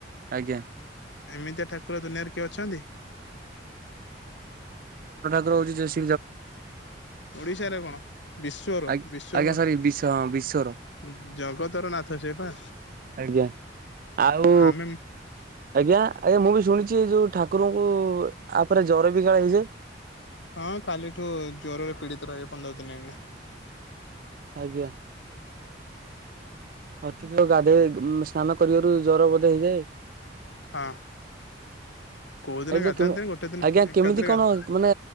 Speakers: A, on the right; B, on the left.
A: ଆଜ୍ଞା
B: ଏମିତିଆ ଠାକୁର ଦୁନିଆରେ କିଏ ଅଛନ୍ତି?
A: ରହୁଛି
B: ଓଡିଶାରେ କଣ? ବିଶ୍ଵର,
A: ଆ
B: ବିଶ୍ଵ
A: ଆଜ୍ଞା ସରି ବିଶ ହଁ ବିଶ୍ଵର।
B: ଜଗତର ନାଥ ସେ ପା।
A: ଆଜ୍ଞା। ଆଉ
B: ଆମେ
A: ଆଜ୍ଞା, ଆଜ୍ଞା। ମୁଁ ବି ଶୁଣିଛି ଯୋଉ, ଠାକୁରଙ୍କୁ ଆ ପରେ ଜର ବି କାଳେ ହେଇ ଯାଏ?
B: ହଁ କାଲିଠୁ, ଜୋରରେ ପୀଡିତ ରହିବେ, ପନ୍ଦର ଦିନ ଆମେ।
A: ଆଜ୍ଞା। ଅତୀତ ଗାଧୋଇ, ସ୍ନାନ କରିବାରୁ ଜର ବଧ ହେଇଯାଏ?
B: ହଁ। କୋଉ ଦିନ
A: ଏ ଯୋଉ
B: ଗାଧାନ୍ତିନି
A: କେମ୍
B: ଗୋଟେ ଦିନ
A: ଆଜ୍ଞା
B: ଏକାଥରେ
A: କେମିତି କଣ?
B: ଗାଧା
A: ମାନେ